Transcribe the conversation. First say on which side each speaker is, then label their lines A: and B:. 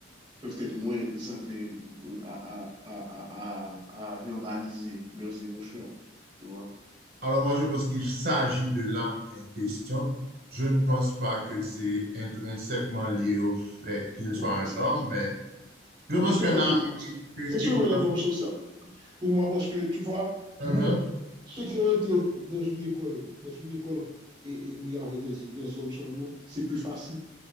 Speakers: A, on the right; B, on the right.
A: peuvent être moins enclins à, à, à, à, à à verbaliser leurs émotions. Tu vois?
B: Alors moi, je pense qu'il s'agit de l'âme en question. Je ne pense pas que c'est intrinsèquement lié au fait qu'il soit
A: Bon,
B: un homme, mais je pense
A: je te
B: qu'un
A: parle
B: âme,
A: de
B: qu'une
A: C'est
B: qu'une
A: selon
B: personne.
A: les normes sociales. Pour moi, parce que tu vois,
B: Mhm.
A: nous, ceux qui ont été dans une école, dans une école et, et où il y avait des, des hommes seulement, c'est plus facile